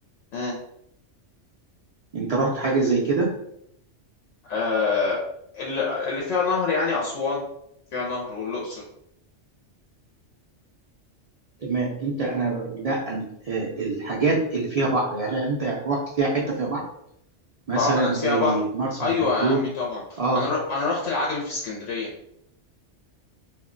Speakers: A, on the left (about 75°); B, on the right (about 55°).
A: امم
B: انت رحت حاجه زي كده
A: آه اللي, اللي فيها نهر يعني أسوان فيها نهر والأقصر
B: تمام انت انا لا أنت آه، الحاجات اللي فيها بحر يعني انت رحت فيها حته فيها بحر مثلا
A: اه حاجات
B: زي
A: فيها بحر
B: مرسى
A: ايوه
B: مطروح
A: يا عمي طبعا
B: اه
A: انا ر... انا رحت العجمي في اسكندرية